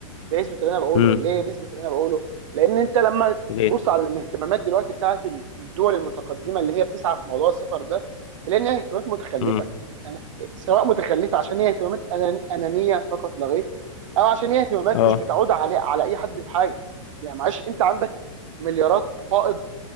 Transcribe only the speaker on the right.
ده يثبت اللي انا بقوله
ليه بيثبت اللي انا بقوله لان انت لما
تبص على الاهتمامات دلوقتي بتاعت ال- الدول المتقدمه اللي هي بتسعى في موضوع السفر ده تلاقي ان هي اهتمامات متخلفه
أنا سواء متخلفه عشان هي اهتمامات أنان- انانيه فقط لا غير او عشان هي اهتمامات
مش بتعود على على اي حد بحاجه يعني معلش انت عندك مليارات فائض